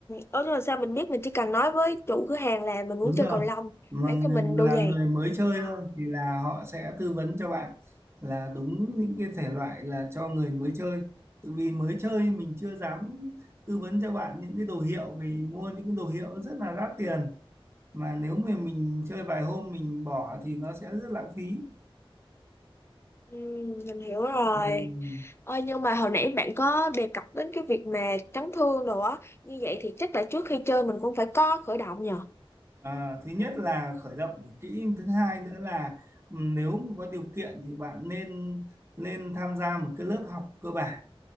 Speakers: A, on the left; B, on the right.
A: Ủa nhưng mà sao mình biết mình chỉ cần nói với chủ cửa hàng là mình muốn
B: đúng
A: chơi
B: rồi
A: cầu lông
B: mà
A: bán
B: ng-
A: cho mình đôi
B: là
A: giày
B: người mới chơi
A: à
B: thôi thì là họ sẽ tư vấn cho bạn là đúng những cái thể loại là cho người mới chơi tự vì mới chơi mình chưa dám tư vấn cho bạn những cái đồ hiệu vì mua những cái đồ hiệu rất là đắt tiền mà nếu mà mình chơi vài hôm mình bỏ thì nó sẽ rất lãng phí
A: ừ, mình hiểu rồi
B: Ừm,
A: Ôi nhưng mà hồi nãy bạn có đề cập đến cái việc mà chấn thương đồ á như vậy thì chắc là trước khi chơi mình cũng phải có khởi động nhờ
B: à, thứ nhất là khởi động phải kỹ thứ hai nữa là ừm, nếu mà có điều kiện thì bạn nên nên tham gia một cái lớp học cơ bản